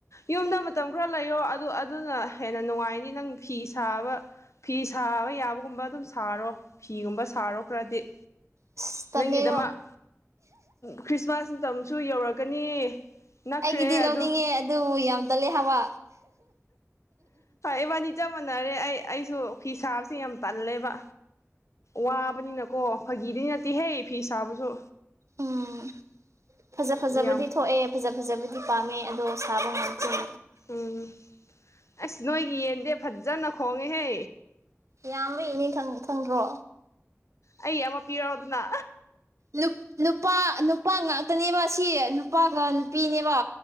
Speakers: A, on the left; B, on the right.
A: ꯌꯨꯝꯗ ꯃꯇꯝ ꯈꯔ ꯂꯩꯌꯣ ꯑꯗꯨ ꯑꯗꯨꯅ ꯍꯦꯟꯅ ꯅꯨꯡꯉꯥꯏꯅꯤ ꯅꯪ ꯐꯤ ꯁꯥꯕ ꯐꯤ ꯁꯥꯕ ꯌꯥꯕꯒꯨꯝꯕ ꯑꯗꯨꯝ ꯁꯥꯔꯣ ꯐꯤꯒꯨꯝꯕ ꯁꯥꯔꯣ ꯈꯔꯗꯤ
B: ꯑꯁ ꯇꯜꯂꯦꯕ
A: ꯅꯪꯒꯤꯗꯃꯛ ꯈ꯭ꯔꯤꯁꯃꯥꯁ ꯃꯇꯝꯁꯨ ꯌꯧꯔꯛꯀꯅꯤ ꯅꯛꯈ꯭ꯔꯦ
B: ꯑꯩꯒꯤꯗꯤ ꯂꯧꯅꯤꯡꯉꯦ
A: ꯑꯗꯣ
B: ꯑꯗꯨ ꯌꯥꯝ ꯇꯜꯂꯦ ꯍꯥꯕ
A: ꯏꯕꯥꯅꯤ ꯆꯞ ꯃꯥꯟꯅꯔꯦ ꯑꯩ ꯑꯩꯁꯨ ꯐꯤ ꯁꯥꯕꯁꯦ ꯌꯥꯝ ꯇꯜꯂꯦꯕ ꯋꯥꯕꯅꯤ ꯅ ꯀꯣ ꯐꯥꯒꯤꯗꯤ ꯅꯠꯇꯦꯍꯦ ꯐꯤ ꯁꯥꯕꯁꯨ
B: ꯎꯝ ꯐꯖ ꯐꯖꯕꯗꯤ
A: ꯌꯥꯝ
B: ꯊꯣꯛꯑꯦ ꯐꯖ ꯐꯖꯕꯗꯤ ꯄꯥꯝꯃꯦ ꯑꯗꯣ ꯁꯥꯕ ꯉꯝꯇ꯭ꯔꯦ
A: ꯎꯝ ꯑꯁ ꯅꯣꯏꯒꯤ ꯌꯦꯟꯗꯦ ꯐꯖꯅ ꯈꯣꯡꯉꯦꯍꯦ
B: ꯌꯥꯝꯕꯒꯤꯅꯦ ꯈꯪ ꯈꯪꯗ꯭ꯔꯣ
A: ꯑꯩꯒꯤ ꯑꯃ ꯄꯤꯔꯛꯑꯣꯗꯅ
B: ꯂꯨꯄꯥ ꯂꯨꯄꯥ ꯅꯨꯄꯥ ꯉꯥꯛꯇꯅꯦꯕ ꯁꯤ ꯅꯨꯄꯥꯒ ꯄꯤꯅꯦꯕ